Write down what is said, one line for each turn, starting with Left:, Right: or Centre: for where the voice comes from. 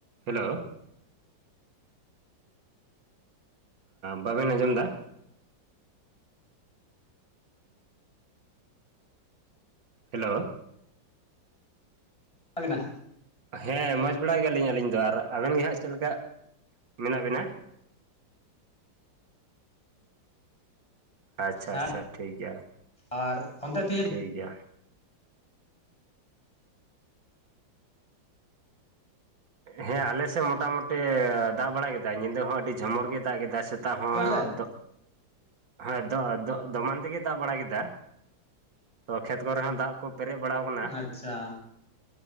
Right: Hello, ᱵᱟᱵᱮᱱ ᱟᱸᱡᱚᱢ ᱫᱟ? ᱦᱮᱞᱳ,
Left: ᱵᱤᱱᱟ᱾
Right: ᱦᱮᱸ ᱢᱚᱡᱽ ᱵᱟᱲᱟ ᱜᱮᱭᱟᱞᱤᱧ ᱟᱹᱞᱤᱧ ᱫᱚ ᱟᱨ ᱟᱵᱮᱱ ᱜᱮ ᱦᱟᱸᱜ ᱪᱮᱫ ᱞᱮᱠᱟ ᱢᱮᱱᱟᱜ ᱵᱤᱱᱟ? ᱟᱪᱪᱷᱟ
Left: ᱦᱮᱸ
Right: ᱟᱪᱪᱷᱟ ᱴᱷᱤᱠ ᱜᱮᱭᱟ᱾
Left: ᱟᱨ ᱚᱱᱛᱮ ᱛᱤᱦᱤᱧ
Right: ᱴᱷᱤᱠ ᱜᱮᱭᱟ᱾ ᱦᱮᱸ ᱟᱞᱮᱥᱮᱫ ᱢᱚᱴᱟᱢᱩᱴᱤ ᱫᱟᱜ ᱵᱟᱲᱟ ᱠᱮᱫᱟᱭ ᱧᱤᱫᱟᱹ ᱦᱚᱸ ᱟᱹᱰᱤ ᱡᱷᱚᱢᱚᱨ ᱜᱮᱭ ᱫᱟᱜ ᱠᱮᱫᱟᱭ᱾ ᱥᱮ ᱫᱚ ᱦᱚᱸ
Left: ᱫᱟᱭ
Right: ᱦᱮᱸ ᱫᱚ ᱫᱚᱢᱟᱱ ᱛᱮᱜᱮ ᱫᱟᱜ ᱵᱟᱲᱟ ᱠᱮᱫᱟ᱾ ᱛᱚ ᱠᱷᱮᱛ ᱠᱚᱨᱮ ᱦᱚᱸ ᱫᱟᱜ ᱠᱚ, ᱯᱮᱨᱮᱡ ᱵᱟᱲᱟᱣ ᱟᱠᱟᱱᱟ
Left: ᱟᱪᱪᱷᱟ᱾